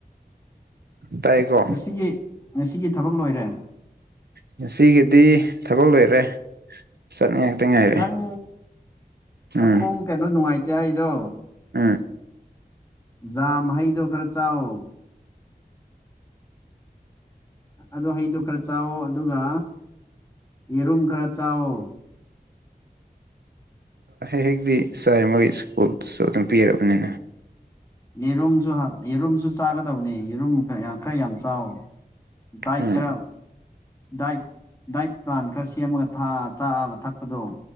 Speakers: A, on the right; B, on the left.
A: ꯇꯥꯏꯀꯣ
B: ꯉꯁꯤꯒꯤ ꯉꯁꯤꯒꯤ ꯊꯕꯛ ꯂꯣꯏꯔꯦ
A: ꯉꯁꯤꯒꯤꯗꯤ ꯊꯕꯛ ꯂꯣꯏꯔꯦ ꯆꯠꯅꯤ ꯉꯥꯛꯇ ꯉꯥꯏꯔꯦ
B: ꯅꯪ ꯃꯈꯣꯡ
A: ꯎꯝ
B: ꯀꯩꯅꯣ ꯅꯨꯡꯉꯥꯏꯇꯦ ꯑꯩꯗꯣ
A: ꯑꯥ
B: ꯖꯥꯝ ꯍꯩꯗꯣ ꯈꯔ ꯆꯥꯑꯣ ꯑꯗꯨ ꯍꯩꯗꯣ ꯈꯔ ꯆꯥꯎꯥꯛꯋꯣ ꯑꯗꯨꯒ ꯌꯦꯔꯨꯝ ꯈꯔ ꯆꯥꯎꯋꯣ
A: ꯍ ꯍꯦꯛꯛꯇ ꯆꯥꯏ ꯃꯣꯏ ꯁꯀꯣꯁꯨ ꯑꯗꯨꯝ ꯄꯤꯔꯕꯅꯤꯅ
B: ꯌꯦꯔꯨꯝꯁꯨ ꯌꯦꯔꯨꯝꯁꯨ ꯆꯥꯒꯗꯕꯅꯦ ꯌꯦꯔꯨꯝ ꯈꯔ ꯌꯥꯝ ꯆꯥꯎꯋ ꯗꯥꯏ
A: ꯎꯝ
B: ꯈꯔꯝ ꯗꯥꯏ ꯗꯥꯏꯠ ꯄ꯭ꯂꯥꯟ ꯈꯔ ꯁꯦꯝꯃꯒ ꯆꯥꯕ ꯊꯛꯄꯗꯣ